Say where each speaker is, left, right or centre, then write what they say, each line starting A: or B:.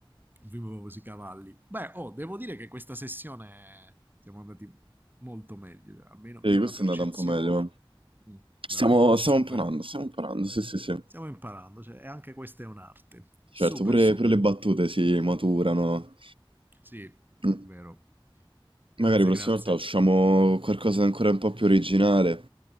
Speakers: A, on the right; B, on the right.
A: film con i cavalli. Beh, oh, devo dire che questa sessione siamo andati molto meglio, cioè, almeno
B: E
A: io
B: questo
A: ho la percezione.
B: è andato un po' meglio, eh.
A: Mm, dai,
B: Stiamo, stiamo
A: super.
B: imparando, stiamo imparando, sì, sì, sì.
A: Stiamo imparando, cioè, e anche questa è un'arte. Super,
B: Certo, pure,
A: super.
B: pure le battute si maturano.
A: Sì,
B: Mm,
A: vero. Grazie,
B: Magari la prossima
A: grazie.
B: volta usciamo con qualcosa di ancora un po' più originale,